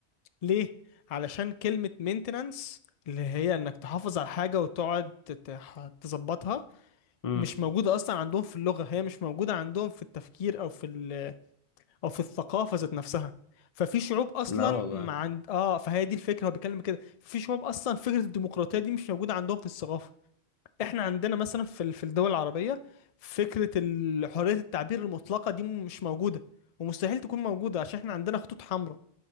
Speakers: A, on the left; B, on the left.
A: ليه علشان كلمه مينتنانس اللي هي انك تحافظ على حاجه وتقعد تح- تظبطها
B: مم.
A: مش موجوده اصلا عندهم في اللغه هي مش موجوده عندهم في التفكير او في ال او في الثقافه ذات نفسها ففي شعوب اصلا
B: لا والله
A: ما عند اه فهي دي الفكره هو بيتكلم كده في شعوب اصلا فكره الديمقراطيه دي مش موجوده عندهم في الثقافه احنا عندنا مثلا في ال- في الدول العربيه فكره ال- حريه التعبير المطلقه دي مش موجوده ومستحيل تكون موجوده عشان احنا عندنا خطوط حمراء